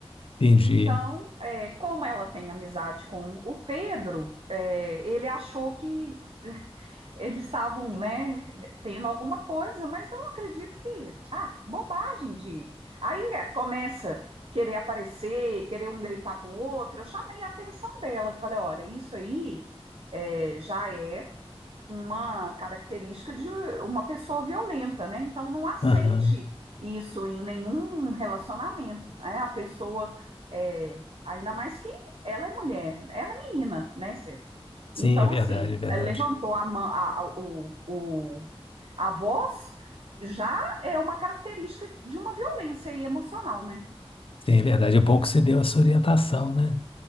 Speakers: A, on the left (about 60°); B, on the right (about 65°).
A: Entendi.
B: Então, é, como ela tem amizade com o Pedro, é, ele achou que eles estavam, né, tendo alguma coisa, mas eu acredito que, ah, bobagem de. Aí é, começa querer aparecer, querer um gritar com o outro. Eu chamei a atenção dela, que falei, olha, isso aí é, já é uma característica de uma pessoa violenta, né? Então não aceite
A: Aham.
B: isso em nenhum relacionamento, né? A pessoa é, ainda mais que ela é mulher, ela é menina, né, César?
A: Sim,
B: Então,
A: é verdade,
B: assim,
A: é verdade.
B: é, levantou a, mão, a, a- o, o- a voz já é uma característica de de uma violência aí emocional, né?
A: Sim, é verdade. É bom que você deu essa orientação, né?